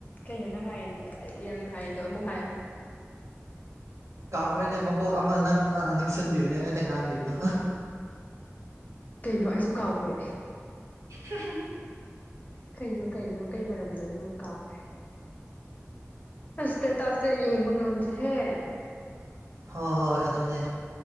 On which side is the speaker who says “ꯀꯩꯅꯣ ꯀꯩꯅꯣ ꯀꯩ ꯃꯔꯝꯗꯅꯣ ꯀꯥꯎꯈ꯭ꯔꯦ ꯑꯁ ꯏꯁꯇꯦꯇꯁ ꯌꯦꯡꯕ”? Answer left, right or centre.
Left